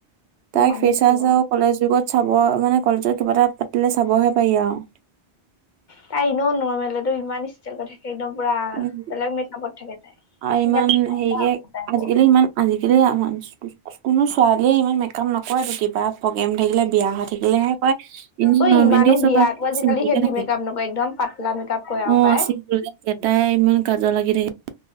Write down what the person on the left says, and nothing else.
মই
মানিছো
তাই এনেও নৰ্মেলতো ইমান ইচ ছেল কথা, সেই পুৰা
বেলেগ মেকআপত থাকে তাই
সেইকাৰণে
<inaudible>
ঐ
ইমানো
বিয়াতো
হেভি
মেকআপ নকৰে একদম পাতলা মেকআপ কৰে আৰু
পাই